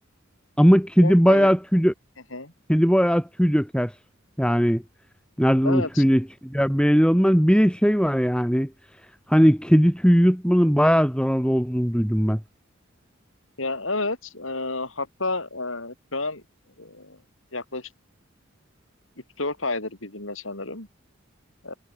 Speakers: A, in the centre; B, on the left (about 80°).
A: Ama kedi
B: hem hani
A: bayağı tüy dö-
B: Hı hı.
A: kedi bayağı tüy döker. Yani nereden
B: evet
A: o tüy ne çıkacağı belli olmaz. Bir de şey var yani. Hani kedi tüyü yutmanın bayağı zararlı olduğunu duydum ben.
B: ya evet E, hatta e, şu an e, yaklaşık üç dört aydır bizimle sanırım. Ee,